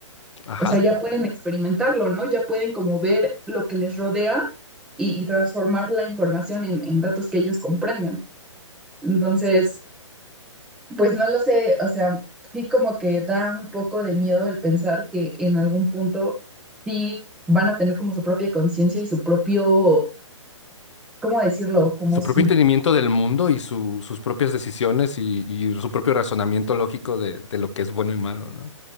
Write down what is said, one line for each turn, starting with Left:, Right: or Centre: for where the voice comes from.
Left: Ajá.
Centre: o sea, ya pueden experimentarlo, ¿no? Ya pueden como ver lo que les rodea y, y transformar la información en, en datos que ellos comprenden. Entonces, pues no lo sé, o sea, sí como que da un poco de miedo el pensar que en algún punto sí van a tener como su propia conciencia y su propio, ¿cómo decirlo? Como
Left: Su
Centre: su,
Left: propio entendimiento del mundo y su- sus propias decisiones y, y su propio razonamiento lógico de, de lo que es bueno y malo, ¿no?